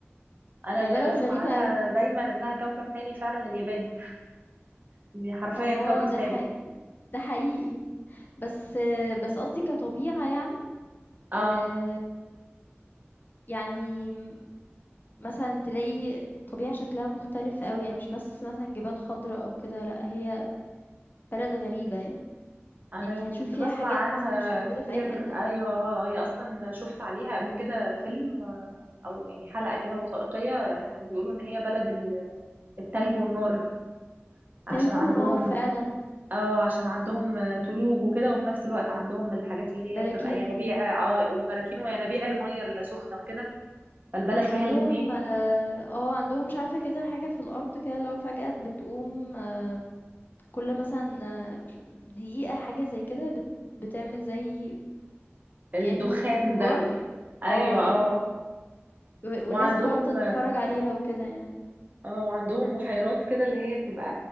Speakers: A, on the right (about 40°); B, on the left (about 45°).
A: أنا
B: هي
A: اللي
B: بلد
A: بسمع
B: غريبة
A: عنها
B: أوي.
A: دايما إنها كوكب تاني فعلا اليابان دي حرفيا
B: آه
A: كوكب
B: ده
A: تاني
B: حقيقي، ده حقيقي. بس بس قصدي كطبيعة يعني
A: اه
B: آآ، يعني مثلًا تلاقي طبيعة شكلها مختلف أوي، يعني مش بس مثلًا جبال خضرا أو كده، لأ هي بلد غريبة يعني،
A: انا
B: يعني
A: س-
B: هتشوف
A: كنت
B: فيها
A: بسمع
B: حاجات
A: عنها
B: مش موجودة
A: كتير
B: في أي حتة.
A: ايوه هي اصلا
B: إمم،
A: شفت عليها قبل كده فيلم آه، او يعني حلقة كده وثائقية كانوا بيقولوا ان هي بلد ال- التلج والنار عشان
B: تلج
A: عندهم
B: ونار فعلًا،
A: اه عشان عندهم آه، تلوج وكده وفي نفس الوقت عندهم الحاجات اللي
B: براكين،
A: هي بتبقى ينابيع اه وبراكين وينابيع المية السخنة وكده فالبلد فيها
B: عندهم
A: الاتنين
B: آه، آه، عندهم مش عارفة كده حاجة في الأرض كده اللي هو فجأة بتقوم آه، كل مثلًا آه، مش دقيقة حاجة زي كده بت بتعمل زي
A: الدخان
B: كأنه انفجار
A: ده ايوه
B: آه،
A: اه
B: و
A: وعندهم
B: والناس بتقعد تتفرج عليها وكده يعني،
A: اه وعندهم بحيرات كده اللي هي بتبقى